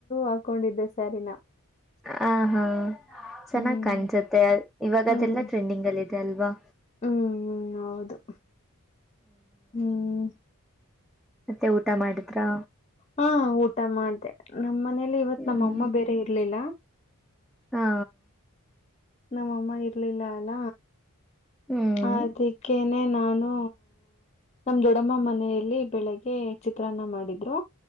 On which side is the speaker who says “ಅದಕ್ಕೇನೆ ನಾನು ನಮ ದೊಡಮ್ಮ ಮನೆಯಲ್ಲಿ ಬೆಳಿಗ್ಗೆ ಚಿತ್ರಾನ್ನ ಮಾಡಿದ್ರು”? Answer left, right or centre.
Left